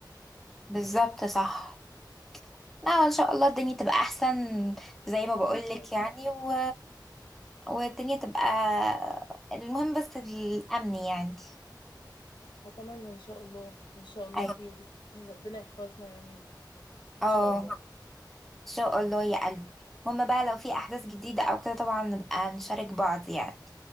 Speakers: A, in the centre; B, on the left.
A: بالظبط صح لا إن شاء الله الدنيا تبقى أحسن زي
B: لقدام
A: ما بقولك يعني و... والدنيا تبقى المهم بس الأمن يعني
B: أتمنى إن شاء الله إن شاء الله
A: أيوة
B: خير يعني ربنا يحفظنا يعني إن
A: اه
B: شاء الله
A: إن شاء الله يا قلبي المهم بقى لو في أحداث جديدة أو كده طبعا نبقى نشارك بعض يعني